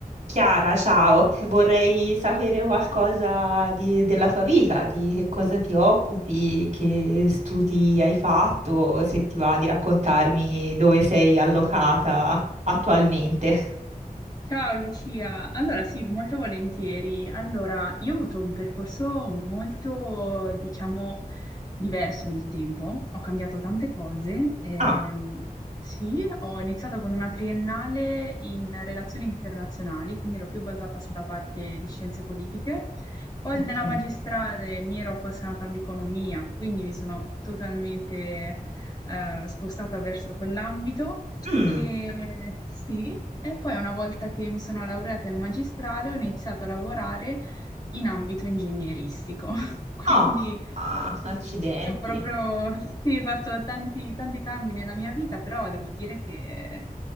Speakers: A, on the right; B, on the left.
A: Chiara, ciao, <laughs> vorrei sapere qualcosa di- della tua vita, di che cosa ti occupi, che studi hai fatto, se ti va di raccontarmi dove sei allocata attualmente.
B: Ciao Lucia, allora sì, molto volentieri. Allora, io ho avuto un percorso molto, diciamo, diverso nel tempo, ho cambiato tante cose. Ehm,
A: Ah,
B: sì, ho iniziato con una triennale in relazioni internazionali, quindi ero più basata sulla parte di scienze politiche. Poi
A: ok.
B: nella magistrale mi ero appassionata all'economia, quindi mi sono totalmente eh, spostata verso quell'ambito
A: Mm,
B: e sì, e poi una volta che mi sono laureata in magistrale ho iniziato a lavorare in ambito ingegneristico, <laughs> quindi
A: Ah, ah, accidenti.
B: ho proprio sì, fatto tanti, tanti cambi nella mia vita, però devo dire che